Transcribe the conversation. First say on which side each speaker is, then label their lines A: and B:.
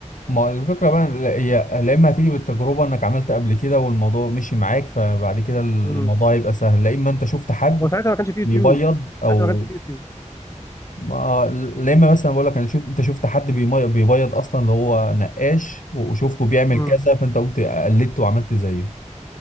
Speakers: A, on the left; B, on the left.
A: ما هو الفكرة بقى لا- هي لا إما هتيجي بالتجربة إنك عملت قبل كده والموضوع مشي معاك فبعد كده الموضوع
B: امم
A: يبقى سهل لا إما أنت شفت حد
B: وساعتها ما كانش في يوتيوب
A: بيبيض أو
B: ساعتها ما كانش في يوتيوب
A: ما لا إما مثلا بقول لك أنا شفت أنت شفت حد بيمي- بيبيض أصلا اللي هو نقاش وشفته بيعمل
B: امم
A: كذا فأنت قمت قلدته وعملت زيه